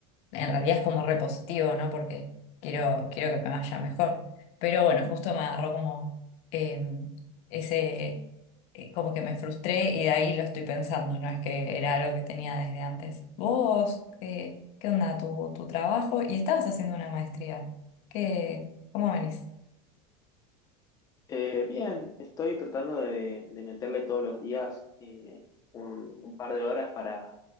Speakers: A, on the left (about 45°); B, on the left (about 25°).
A: en realidad es como repositivo, ¿no? Porque quiero, quiero que me vaya mejor. Pero bueno, justo me agarró como eh, ese, eh, como que me frustré y de ahí lo estoy pensando, no es que era algo que tenía desde antes. Vos, ¿qué, qué onda tu, tu trabajo? Y estabas haciendo una maestría. ¿Qué, cómo venís?
B: Eh, bien, estoy tratando de, de meterle todos los días eh, un, un par de horas para,